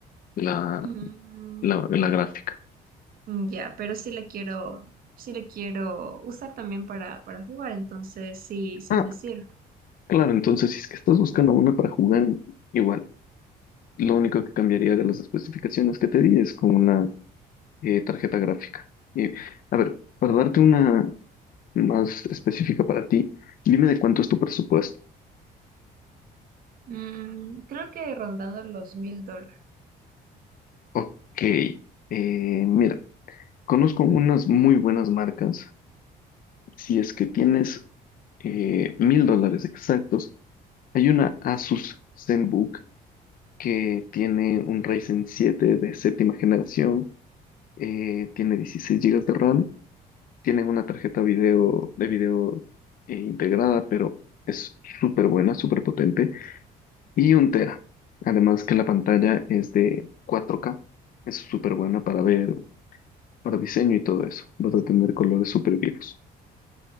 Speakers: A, on the left (about 55°); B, on the right (about 60°).
A: la,
B: Mm,
A: la, la gráfica.
B: ya, pero sí le quiero, sí le quiero usar también para, para jugar, entonces sí, sí
A: Ah,
B: me sirve.
A: claro, entonces si es que estás buscando una para jugar, igual. Lo único que cambiaría de las especificaciones que te di es con una eh, tarjeta gráfica. Y, a ver, para darte una más específica para ti, dime de cuánto es tu presupuesto.
B: Mm, creo que rondando los mil dólares,
A: Ok, eh, mira, conozco unas muy buenas marcas. Si es que tienes eh, mil dólares exactos, hay una Asus ZenBook que tiene un Ryzen 7 de séptima generación, eh, tiene 16 gigas de RAM, tiene una tarjeta video, de video eh, integrada, pero es súper buena, súper potente. y un tera. Además que la pantalla es de 4K, es súper buena para ver, para diseño y todo eso. Vas a tener colores súper vivos.